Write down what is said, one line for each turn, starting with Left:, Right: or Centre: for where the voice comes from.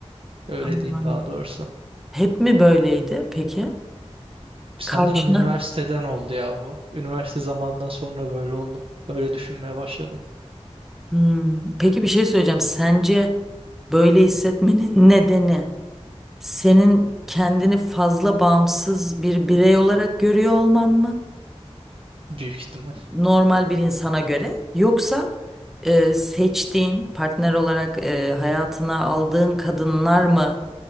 Right: Öyle
Centre: Anladım.
Right: diyeyim daha doğrusu.
Centre: Hep mi böyleydi peki?
Right: Sanırım
Centre: Karşına.
Right: üniversiteden oldu ya bu. Üniversite zamandan sonra böyle oldum. Böyle düşünmeye başladım.
Centre: Hmm, Peki bir şey söyleyeceğim. Sence böyle hissetmenin nedeni senin kendini fazla bağımsız bir birey olarak görüyor olman mı?
Right: Büyük ihtimal.
Centre: Normal bir insana göre. Yoksa e, seçtiğin partner olarak e, hayatına aldığın kadınlar mı?